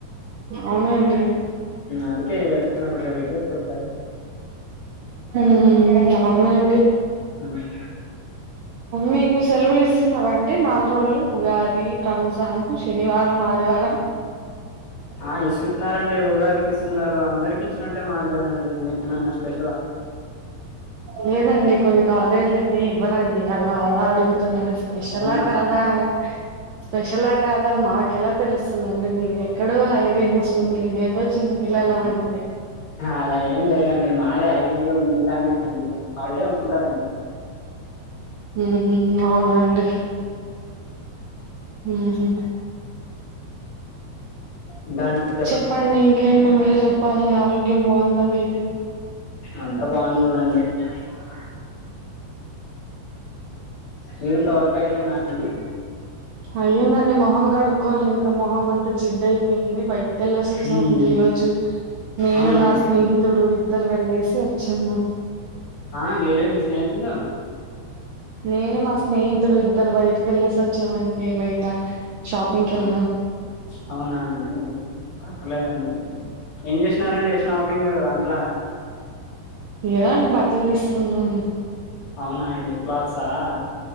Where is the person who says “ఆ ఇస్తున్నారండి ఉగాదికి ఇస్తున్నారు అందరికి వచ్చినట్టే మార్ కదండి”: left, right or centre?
Left